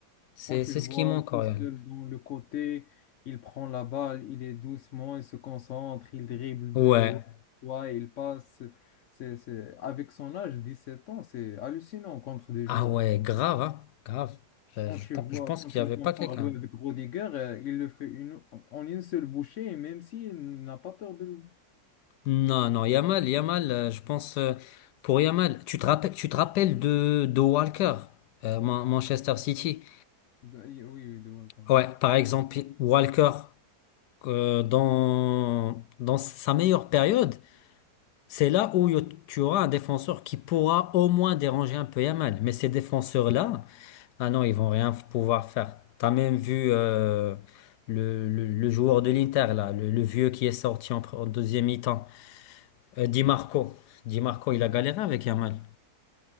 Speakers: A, on the left; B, on the left.
A: C'est,
B: Quand tu
A: c'est
B: le
A: ce
B: vois
A: qui manque,
B: tout
A: Auriel.
B: seul dans le côté, il prend la balle, il est doucement, il se concentre, il dribble
A: Ouais.
B: deux joueurs, ouais, il passe. C'est, c'est... Avec son âge, 17 ans, c'est hallucinant contre des
A: Ah
B: joueurs.
A: ouais, grave, hein. Grave. Euh,
B: Quand
A: Je,
B: tu
A: pen-
B: vois,
A: je pense
B: quand
A: qu'il
B: tu
A: n'y
B: le
A: avait
B: compares
A: pas quelqu'un.
B: lui avec Rodiger, euh, il le fait une, en une seule bouchée, et même s'il n'a pas peur de, le-
A: Non, non, Yamal, Yamal, euh, je pense, euh, pour Yamal, tu te rappelles, tu te rappelles de, de Walker, euh, Man- Manchester City.
B: de- Oui, oui, de Welcome.
A: Ouais, par exemple, Walker. euh, dans, dans sa meilleure période, c'est là où y- tu auras un défenseur qui pourra au moins déranger un peu Yamal. Mais ces défenseurs-là, ah non, ils vont rien f- pouvoir faire. T'as même vu euh, le, le- le joueur de l'Inter, là, le, le vieux qui est sorti en, pre- en deuxième mi-temps, euh, Di Marco. Di Marco,
B: Il
A: il a galéré
B: marche pas.
A: avec Yamal.